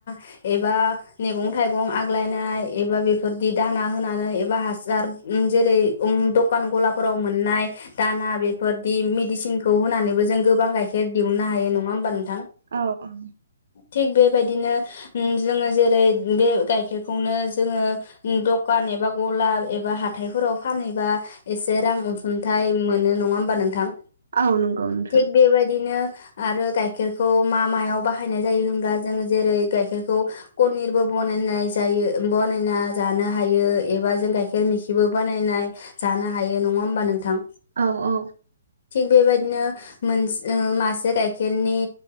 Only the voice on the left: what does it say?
<unintelligible> एबा मेगंथायगं आग्लायनाय एबा बेफोदि दाना होनानै एबा हा सार उम जेरै उम दखान गाला मोननाय दाना बेफोरदि मिदिसिन खौ होनानैबो जों गोबां गाइखेर दिहुननो हायो नङा होनोमबा नों
थिग बेबायदिनो उम जोङो जेरै बे गाइखेरखौनो जोङो उम दखान नाय बा गलाब एबा हाथायफोराव फानहैबा एसे रां अनसुंथाइ मोनो नङा होमबा नोंथां?
थिक बे बायदिनो आरो गाइखेरखौ मा मायाव बाहायनाय जायो होनब्ला जों जेरै गाइखेरखौ कनिरबो बनायनाय जायो ओ बनायना जानो हायो एबा जों गाइखेर मेखिबो बानायनाय जा थानो हायो नङा होमबा नोंथां?
थि बेबायद नो मोनस ओ मासे गाइखेरनि